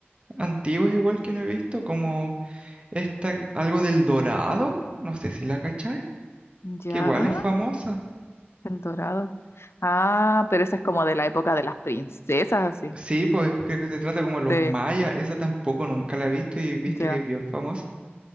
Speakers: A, on the right (about 25°); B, on the left (about 80°).
A: antiguas igual que no he visto, como esta, algo del Dorado, no sé si la cachai,
B: Ya,
A: que igual es famosa.
B: El Dorado. Ah, pero esa es como de la época de las princesas, así.
A: Sí, pues creo que se trata como los
B: Sí,
A: mayas, esa tampoco nunca la he visto y he visto
B: ya.
A: que es bien famosa.